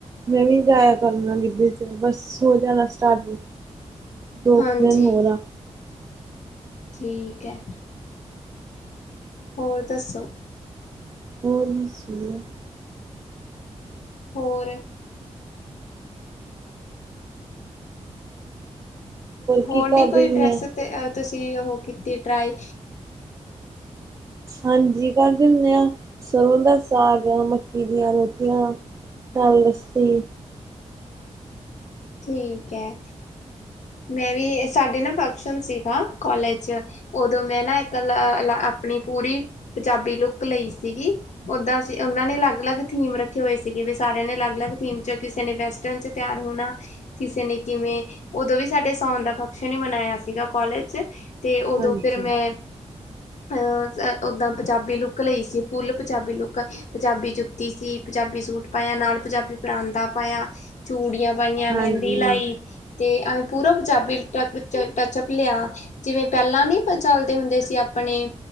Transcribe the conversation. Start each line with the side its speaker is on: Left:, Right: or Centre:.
Right: ਮੈਂ ਵੀ ਜਾਇਆ ਕਰਨਾ ਗਿੱਧੇ ਚ ਬਸ ਹੋ ਜਾਣਾ ਸਟਾਰਟ ਦੋ
Left: ਹਾਂਜੀ
Right: ਕੁ ਦਿਨ ਹੋਰ ਆ।
Left: ਠੀਕ ਹੈ। ਹੋਰ ਦੱਸੋ।
Right: ਹੋਰ ਬਸ ਵਧੀਆ
Left: ਹੋਰ ਹੋਰ
Right: ਕੀ
Left: ਨੀ
Right: ਕਰਦੇ
Left: ਕੋਈ
Right: ਹੁੰਦੇ
Left: ਡਰੈਸ
Right: ਆ
Left: ਤੇ ਤੁਸੀਂ ਉਹ ਕੀਤੀ ਟਰਾਈ
Right: ਹਾਂਜੀ ਕਰ ਦਿੰਦੇ ਆ ਸਰ੍ਹੋਂ ਦਾ ਸਾਗ, ਮੱਕੀ ਦੀਆਂ ਰੋਟੀਆਂ ਨਾਲ ਲੱਸੀ
Left: ਠੀਕ ਐ, ਮੈਂ ਵੀ ਸਾਡੇ ਨਾ ਫੰਕਸ਼ਨ ਸੀਗਾ ਕੋਲਜ ਚ ਓਦੋਂ ਮੈਂ ਨਾ ਇੱਕ ਅ ਆਪਨੀ ਪੂਰੀ ਪੰਜਾਬੀ ਲੁੱਕ ਲਈ ਸੀਗੀ। ਓਦਾਂ ਅਸੀਂ ਚ ਓਨਾਂ ਨੇ ਅਲੱਗ-ਅਲੱਗ ਥੀਮ ਰੱਖੇ ਹੋਏ ਸੀਗੇ ਵੀ ਸਾਰੇਆਂ ਨੇ ਅਲੱਗ-ਅਲੱਗ ਥੀਮ ਚ ਕਿਸੇ ਨੇ ਵੈਸਟਰਨ ਚ ਤਿਆਰ ਹੋਨਾ ਕਿਸੇ ਨੇ ਕਿਵੇਂ ਓਦੋਂ ਵੀ ਸਾਡੇ ਸੌਨ ਦਾ ਫੰਕਸ਼ਨ ਈ ਮਨਾਇਆ ਸੀਗਾ ਕੋਲਜ ਚ। ਤੇ ਓਦੋਂ
Right: ਹਾਂਜੀ
Left: ਫਿਰ ਮੈਂ ਅ ਓਦਾਂ ਪੰਜਾਬੀ ਲੁੱਕ ਲਈ ਸੀ ਫੁੱਲ ਪੰਜਾਬੀ ਲੁੱਕ ਪੰਜਾਬੀ ਜੁੱਤੀ ਸੀ, ਪੰਜਾਬੀ ਸੂਟ ਪਾਏਆ ਨਾਲ ਪੰਜਾਬੀ ਪਰਾਂਦਾ ਪਾਏਆ, ਚੂੜੀਆਂ ਪਾਈਆਂ
Right: ਹਾਂਜੀ
Left: ਮੈਂਦੀ ਲਾਈ, ਤੇ ਅਸੀਂ ਪੂਰਾ ਪੰਜਾਬੀ ਟ ਟਚਅਪ ਲੇਆ। ਜਿਵੇਂ ਪੈਲਾਂ ਨੀ ਆਪਾਂ ਚੱਲਦੇ ਹੁੰਦੇ ਸੀ ਆਪਨੇ